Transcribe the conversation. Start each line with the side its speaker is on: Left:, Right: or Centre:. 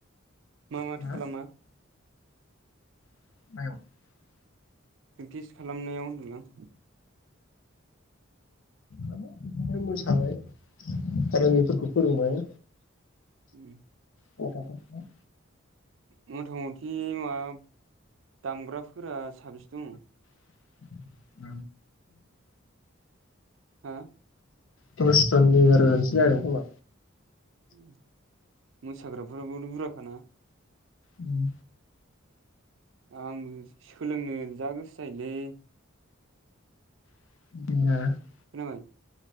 Right: मा माथो
Left: हा
Right: खालामा <inaudible>
Left: <inaudible>
Right: प्रेक्टिस खालामनायाव होनदोंलां।
Left: बिदिनो मोसाबाय आरो बेफोरखौ फोरोंबाय।
Right: उम।
Left: गथ' फोरखौ
Right: मथा मथि माबा दामग्राफोरा साबेसे दङ?
Left: <unintelligible>
Right: हा
Left: औस <unintelligible> जागोन खोमा।
Right: उम मोसाग्राफोराबो बुरजाखाना?
Left: उम।
Right: आंबो सोलोंनो जा गोसो जायोलै।
Left: <unintelligible>
Right: <unintelligible>